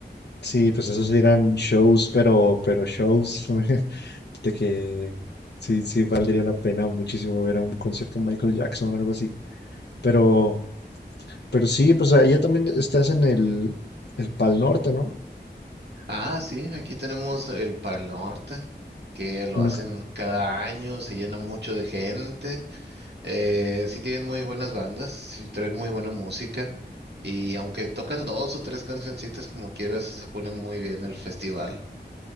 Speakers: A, on the left (about 70°); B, on the right (about 70°).
A: sí, pues esos eran shows, pero, pero shows <laughs> de que sí, sí valdría la pena muchísimo ver a un concierto de Michael Jackson o algo así. Pero, pero sí, pues allá también estás en el, el Pal Norte, ¿no?
B: Ah, sí, aquí tenemos el Pal Norte, que lo
A: Nunca-
B: hacen cada año, se llena mucho de gente. Eh, sí tienen muy buenas bandas, sí traen muy buena música. Y aunque tocan dos o tres cancioncitas como quieras, sí se pone muy bien el festival.